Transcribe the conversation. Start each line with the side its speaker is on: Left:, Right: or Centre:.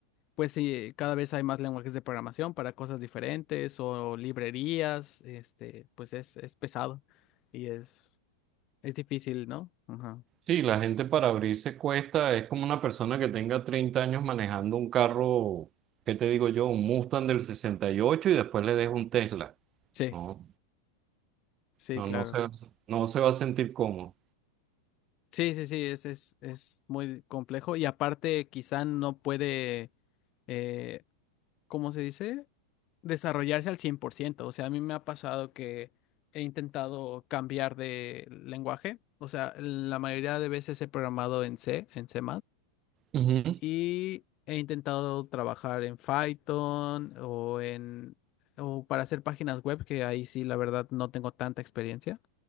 Left: pues sí, cada vez hay más lenguajes de programación para cosas diferentes o librerías, este, pues es, es pesado y es, es difícil, ¿no? Ajá.
Right: Sí, la gente para abrirse cuesta, es como una persona que tenga 30 años manejando un carro, ¿qué te digo yo? Un Mustang del 68 y ocho y después le dejo un Tesla.
Left: Sí,
Right: No,
Left: sí,
Right: no,
Left: claro.
Right: no se, no se va a sentir cómodo.
Left: Sí, sí, sí, es, es, es muy complejo y aparte quizá no puede, eh, ¿cómo se dice? desarrollarse al cien por ciento, O sea, a mí me ha pasado que he intentado cambiar de lenguaje. O sea, la mayoría de veces he programado en C, en C++,
Right: Ujú,
Left: y he intentado trabajar en Python o en o para hacer páginas web, que ahí sí, la verdad, no tengo tanta experiencia